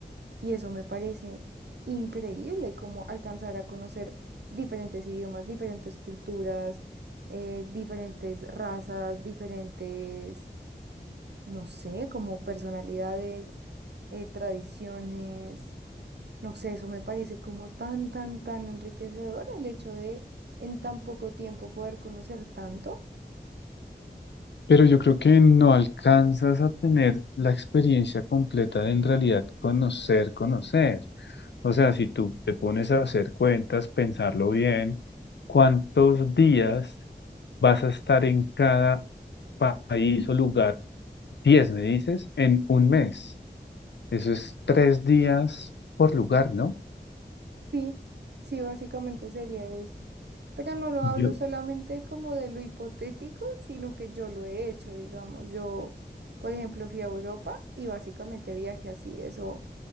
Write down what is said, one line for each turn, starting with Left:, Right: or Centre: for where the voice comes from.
Right: Y eso me parece increíble, como alcanzar a conocer diferentes idiomas, diferentes culturas, eh, diferentes razas, diferentes, no sé, como personalidades, eh, tradiciones. No sé, eso me parece como tan, tan, tan enriquecedor el hecho de en tan poco tiempo poder conocer tanto.
Left: Pero yo creo que no alcanzas a tener la experiencia completa de en realidad conocer, conocer. O sea, si tú te pones a hacer cuentas, pensarlo bien, ¿cuántos días vas a estar en cada pa- país o lugar? Diez, me dices, en un mes. Eso es tres días por lugar, ¿no?
Right: Sí, sí, básicamente sería eso. Pero no lo hablo
Left: Yo.
Right: solamente como de lo hipotético, sino que yo lo he hecho, digamos. Yo, por ejemplo, fui a Europa y básicamente viajé así, eso,